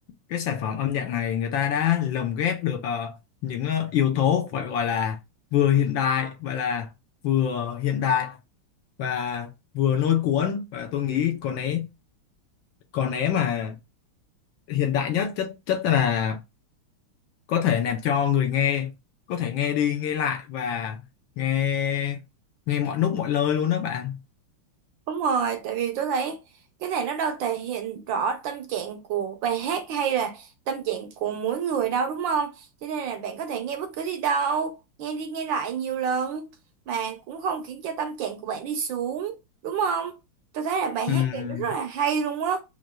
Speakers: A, on the left (about 70°); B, on the right (about 70°).
A: cái sản phẩm âm nhạc này người ta đã lồng ghép được ờ, những ờ, yếu tố phải gọi là vừa hiện đại vậy là vừa hiện đại và vừa lôi cuốn và tôi nghĩ còn né còn né mà hiện đại nhất chất chất là có thể làm cho người nghe có thể nghe đi nghe lại và nghe nghe mọi lúc mọi nơi luôn đó bạn
B: Đúng rồi, tại vì tôi thấy cái này nó đâu thể hiện rõ tâm trạng của bài hát hay là tâm trạng của mỗi người đâu đúng không? Cho nên là bạn có thể nghe bất cứ đi đâu, nghe đi nghe lại nhiều lần mà cũng không khiến cho tâm trạng của bạn đi xuống, đúng không? Tôi thấy là bài
A: Ừm,
B: hát này nó rất là hay luôn á,